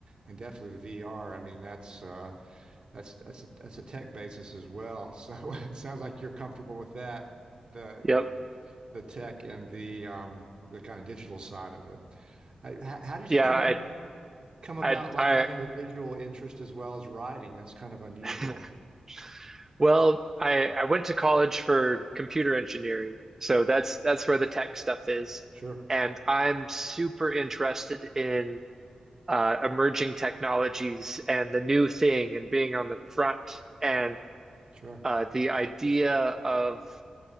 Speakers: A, on the right (about 50°); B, on the right (about 20°).
A: and definitely the VR. I mean, that's uh that's that's a that's a tech basis as well. So <laughs> it sounds like you're comfortable with that, the
B: Yep.
A: the tech and the um the kind of digital side of it. Uh, How, how did
B: Yeah.
A: you come
B: I
A: ab- come about
B: I
A: like having the visual interest as well as writing? That's kind of unusual.
B: I <laughs> well I I went to college for computer engineering, so that's that's where the tech stuff is,
A: Sure,
B: and I'm super interested in uh, emerging technologies and the new thing and being on the front and
A: sure,
B: uh, the idea of